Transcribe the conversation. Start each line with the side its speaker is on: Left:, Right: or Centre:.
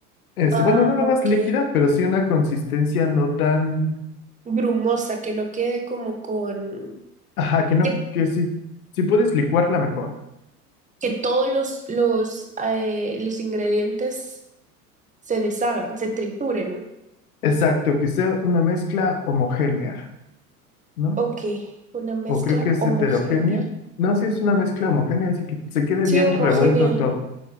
Left: Es,
Right: Ah,
Left: bueno, no la más
Right: ok.
Left: líquida, pero sí una consistencia no tan...
Right: Grumosa, que no quede como con...
Left: Ajá, que no,
Right: Que,
Left: que sí, si puedes licuarla mejor.
Right: que todos los, los, eh, los ingredientes se deshagan, se trituren.
Left: Exacto, que sea una mezcla homogénea, ¿no?
Right: Ok, una mezcla
Left: O creo que es
Right: homogénea.
Left: heterogénea. No, sí es una mezcla homogénea, así que se quede
Right: Sí,
Left: bien
Right: homogénea,
Left: revuelto todo.